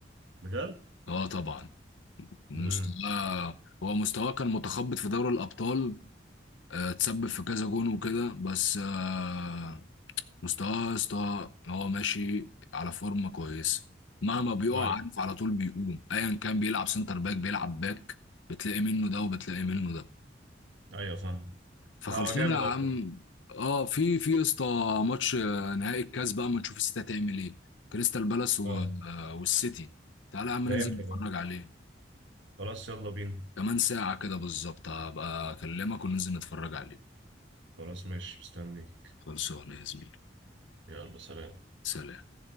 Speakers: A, on the right; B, on the left.
A: بجد؟
B: اه طبعا مستواه
A: امم
B: هو مستواه كان متخبط في دوري الابطال آه، تسبب في كذا جون وكده بس آه، مستواه يا اسطى هو ماشي على فورمه كويسه مهما بيقع
A: ايوه
B: عارف على طول بيقوم ايا كان بيلعب سنتر باك بيلعب باك بتلاقي منه ده وبتلاقي منه ده
A: ايوه فاهم
B: فخلصونا
A: لا هو جامد
B: يا عم
A: اصلا
B: اه في في يا اسطى ماتش آه، نهائي الكاس بقى ما نشوف السيتي هتعمل ايه كريستال بالاس و-
A: اه
B: آه، والسيتي تعالى يا عم
A: ده
B: ننزل
A: امتى
B: نتفرج
A: ده
B: عليه
A: خلاص يلا بينا
B: كمان ساعة كده بالظبط هبقى اكلمك وننزل نتفرج عليه
A: خلاص ماشي مستنيك
B: خلصونا يا زميلي
A: يلا سلام
B: سلام